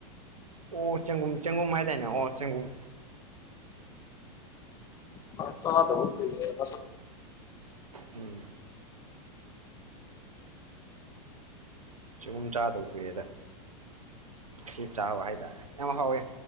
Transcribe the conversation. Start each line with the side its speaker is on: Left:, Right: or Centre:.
Right: ꯑꯣ ꯆꯪꯒꯨꯝ ꯆꯪꯒꯨꯝ ꯍꯥꯏ ꯍꯥꯏꯗꯅꯦ ꯑꯣ ꯆꯪꯒꯨꯝ
Left: ꯐ ꯆꯥꯗ ꯀ ꯃꯁꯟ
Right: ꯎꯝ ꯆꯨꯝ ꯆꯥꯗꯕ ꯀꯨꯏꯑꯦꯗ ꯁꯤ ꯆꯥꯕ ꯍꯥꯏꯇꯥꯔꯦ ꯑꯃ ꯍꯥꯎꯋꯦ